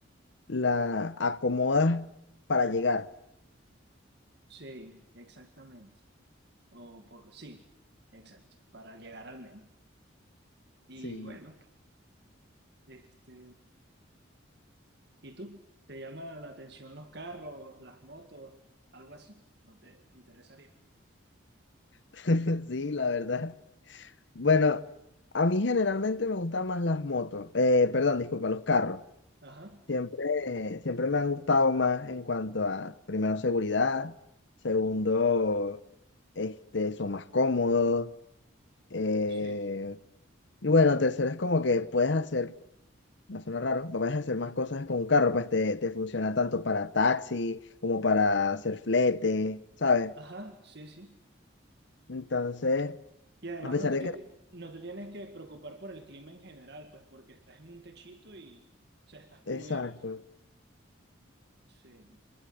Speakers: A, on the left; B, on the right.
A: la acomodas para llegar.
B: Sí, exactamente. O por, sí, exacto, para llegar al menos. Y
A: Sí,
B: bueno, este, ¿Y tú? ¿Te llama la atención los carros, las motos, algo así? ¿No te interesaría?
A: <laughs> sí, la verdad. Bueno, a mí generalmente me gustan más las motos, eh, perdón, disculpa, los carros.
B: Ajá,
A: Siempre, siempre me han gustado más en cuanto a, primero, seguridad, segundo, este, son más cómodos, eh,
B: sí.
A: y bueno, tercero es como que puedes hacer No suena raro. Puedes hacer más cosas con un carro, pues te, te funciona tanto para taxi como para hacer flete, ¿sabes?
B: Ajá, sí, sí.
A: Entonces,
B: Y además
A: a pesar
B: no te
A: de
B: tien-
A: que...
B: no te tienes que preocupar por el clima en general, pues porque estás en un techito y, o sea, estás cubierto.
A: Exacto.
B: Sí.